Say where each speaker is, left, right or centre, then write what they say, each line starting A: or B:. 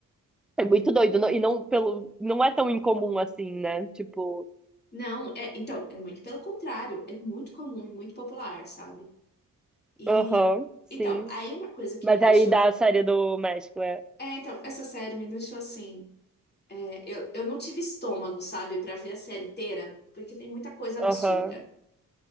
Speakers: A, in the centre; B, on the left.
A: é muito doido. não- E não, pelo, não é tão incomum assim, né? Tipo,
B: Não, é, então, é muito pelo contrário, é muito comum e muito popular, sabe? E
A: aham, sim.
B: então, aí uma coisa que
A: Mas
B: me deixou.
A: aí da série do México é,
B: É, então, essa série me deixou assim. é, eu, eu não tive estômago, sabe, pra ver a série inteira, porque tem muita coisa absurda.
A: aham.